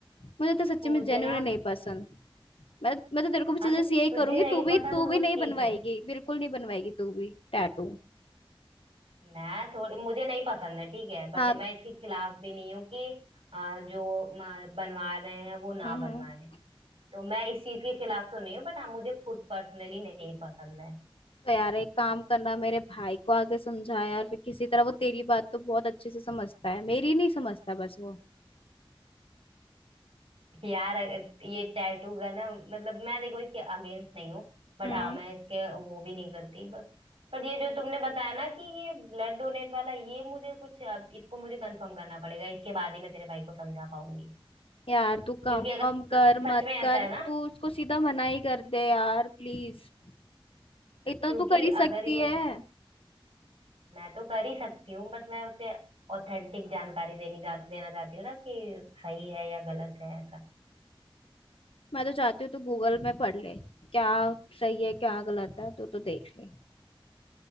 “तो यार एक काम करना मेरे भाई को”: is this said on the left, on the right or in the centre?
Left